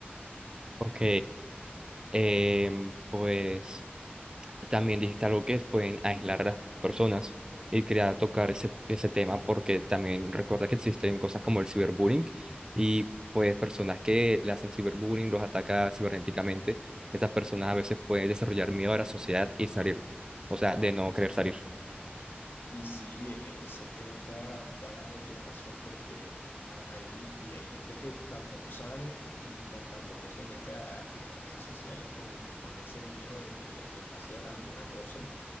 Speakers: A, on the right; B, on the left.
A: Ok, em, pues también dijiste algo que es, pueden aislar a las personas y quería tocar ese, ese tema porque también recuerda que existen cosas como el ciberbullying y pues personas que le hacen ciberbullying, los ataca cibernéticamente, esas personas a veces pueden desarrollar miedo a la sociedad y salir, o sea, de no querer salir.
B: Y sí, e- eso tiene toda, toda la, la razón porque a- ahí y hay gente que tampoco sabe y tan, tampoco se mete a, a re- redes sociales con, con ese miedo de que le, le pase alguna cosa